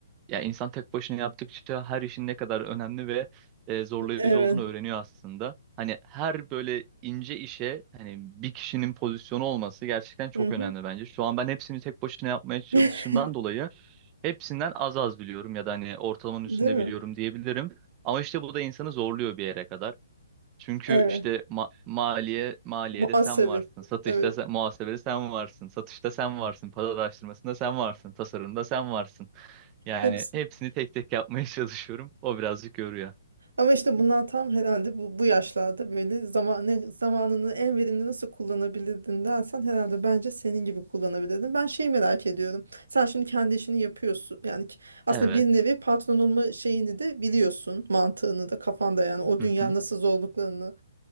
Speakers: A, on the right; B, on the right.
A: ya insan tek başına yaptıkça her işin ne kadar önemli ve e, zorlayıcı
B: Evet.
A: olduğunu öğreniyor aslında. Hani her böyle ince işe hani bir kişinin pozisyonu olması gerçekten çok
B: Hı hı.
A: önemli bence. Şu an ben hepsini tek başına yapmaya çalıştığımdan
B: <laughs>
A: dolayı hepsinden az az biliyorum ya da hani ortalamanın üstünde
B: Değil mi?
A: biliyorum diyebilirim. Ama işte bu da insanı zorluyor bir yere kadar. Çünkü
B: Evet.
A: işte ma maliye maliyede
B: Muhasebe.
A: sen varsın, satışta
B: Evet.
A: sen, muhasebede sen varsın, satışta sen varsın, pazar araştırmasında sen varsın, tasarımda sen varsın. Yani
B: Hepsi.
A: hepsini tek tek yapmaya <laughs> çalışıyorum. O birazcık yoruyor.
B: Ama işte bunlar tam herhalde bu, bu yaşlarda böyle zamanı, zamanını en verimli nasıl kullanabilirdin dersen herhalde bence senin gibi kullanabilirdin. Ben şey merak ediyorum. Sen şimdi kendi işini yapıyorsun. Yani ki- aslında
A: Evet.
B: bir nevi patron olma şeyini de biliyorsun. Mantığını da kafanda yani o
A: Hı
B: dünya
A: hı.
B: nasıl zorluklarını